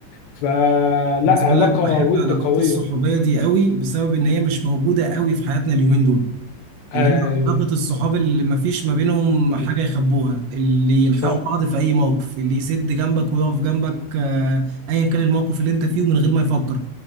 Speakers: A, on the left (about 65°); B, on the right (about 70°).
A: فلا
B: عايز اقول
A: علاقة
B: لك بحب
A: ود
B: العلاقات
A: قوية
B: الصحوبيه دي قوي بسبب ان هي مش موجوده قوي في حياتنا اليومين دول
A: ايوه
B: اللي هي علاقه الصحاب اللي ما فيش ما بينهم
A: مم.
B: حاجه يخبوها اللي يلحقوا
A: صح
B: بعض في اي موقف اللي يسد جنبك ويقف جنبك آه، ايا كان الموقف اللي انت فيه من غير ما يفكر